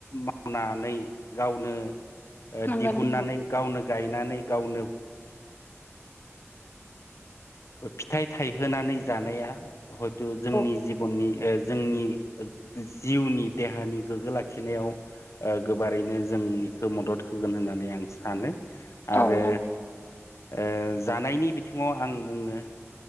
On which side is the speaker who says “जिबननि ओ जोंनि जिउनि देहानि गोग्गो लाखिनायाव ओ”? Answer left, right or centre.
Left